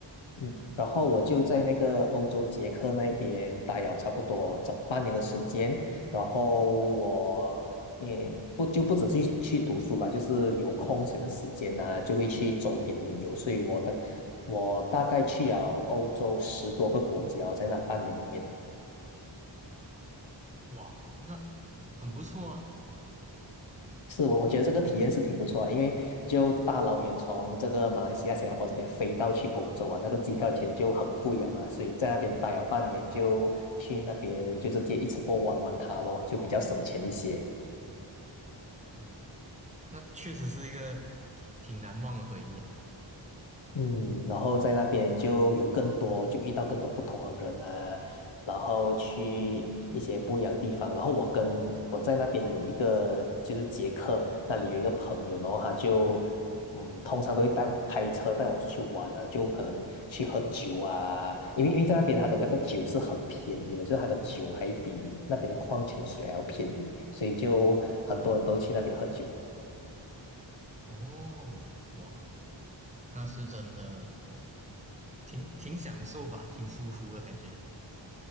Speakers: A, on the left (about 75°); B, on the right (about 15°).
A: 嗯，然后我就在那个欧洲捷克那边待了差不多整半年的时间，然后我也不就不只是去读书了，就是有空闲的时间啊，就会去周边旅游，所以我的我大概去了欧洲十多个国家，在那半年里面。
B: 哇，那很不错啊，
A: 是我我觉得这个体验是挺不错的，因为就大老远从这个马来西亚、新加坡这边飞到去欧洲啊，那个机票钱就很贵了嘛，所以在那边待了半年，就去那边就直接一次过玩玩它咯，就比较省钱一些。
B: 是，那确实是一个挺难忘的回忆啊。
A: 嗯，然后在那边就有更多，就遇到更多不同的人啊，然后去一些不一样的地方。然后我跟我在那边有一个就是捷克那里有一个朋友，然后他就嗯，通常都会带开车带我出去玩啊，就可能去喝酒啊，因为因为在那边他的那个酒是很便宜的，就是他的酒还比那边的矿泉水还要便宜，所以就很多人都去那边喝酒。
B: 哦，哇，那是真的挺挺享受吧，挺舒服的感觉。